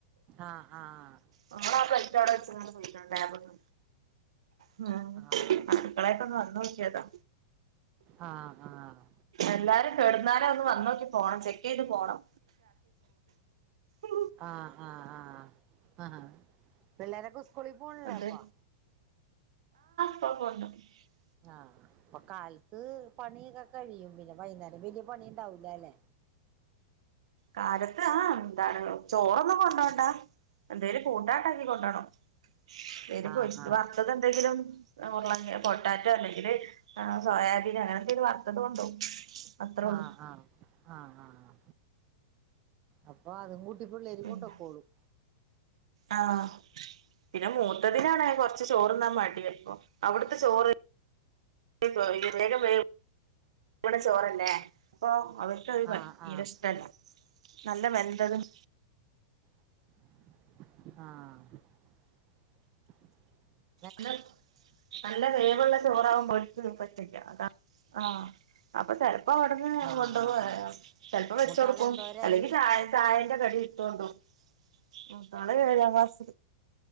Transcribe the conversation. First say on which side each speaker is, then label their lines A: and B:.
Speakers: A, on the right; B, on the right.
A: ആഹ് ആഹ്
B: നമ്മൾ ആ പ്ലേറ്റവിടെ വെച്ചന് ലാബണ്ട് ഉം
A: ആഹ്
B: മക്കളായിട്ട് ഒന്ന് വന്ന് നോക്കിയതാ
A: ആഹ് ആഹ്
B: എല്ലാരും കേടുന്നാലം ഒന്ന് വന്നോക്കി പോണം ചെക്ക് ചെയ്ത് പോകണം ത്
A: ആഹ് ആഹ് ആഹ് ആഹ് പിള്ളേരെൊക്ക സ് സ്കൂളിൽ പോണില്ലേ
B: എന്തെ
A: ഇപ്പോ
B: <unintelligible>
A: ആഹ് അപ്പൊ കാലത്ത് പണിയൊക്കെ കഴിയും പിന്നെ വൈകുന്നേരം വലിയ പണി ഉണ്ടാവൂലല്ലേ
B: കാലത്ത് ആ എന്താണ് ചോറൊന്നും കൊണ്ടോണ്ടാ എന്തേലും കൂട്ടാണ്ടാക്കി കൊണ്ടോണം പേര്
A: ആഹ്
B: പോയിട്ട്
A: ആഹ്
B: വാ വർത്തതെന്തെങ്കിലും ഉരുളകിഴങ്ങ് പൊട്ടാറ്റോ അല്ലെങ്കിൽ സോയാബീൻ അങ്ങനെന്തെലും വറുത്തത് കൊണ്ടോവും അത്രേ ഉള്ളൂ
A: ആഹ് ആഹ ആഹ ആഹ് ആ അപ്പ അത് കൂട്ട പിള്ളേര്
B: പിന്നെ
A: കൊണ്ട് പൊയ്ക്കോളൂം
B: ആഹ് പിന്നെ മൂത്തതിനാാണ് കുറച്ച് ചോറ്ന്നാൻ മടി ഇടിയപ്പം അവിടുത്തെ ചോറ് ഇപ്പോ എന്തേലും വേ ഇവിടെ ചോറല്ലേ അപ്പൊ അവർക്ക് അത് പറ്റേ
A: ആഹ്
B: തീര
A: ആഹ്
B: ഇഷ്ടല്ല നല്ല വെന്തതും
A: ആ
B: അല്ല നല്ല വേവുള്ള റാവുമ്പോഴ പറ്റില്ല അതാ ആ അപ്പൊ ചെിലപ്പോ അവിടുന്ന്
A: ആഹ്
B: കൊണ്ട
A: ആഹ്
B: <unintelligible>
A: ആഹ്
B: ചെിലപ്പോ വെച്ചുടുക്കും
A: മൂത്താള് എന്തോരായി
B: അല്ലെങ്കി ചായ ചായന്റെ കടി ഇട്ട് കൊണ്ടോവും മൂത്താള്ള് ഏഴാം ക്ലസ്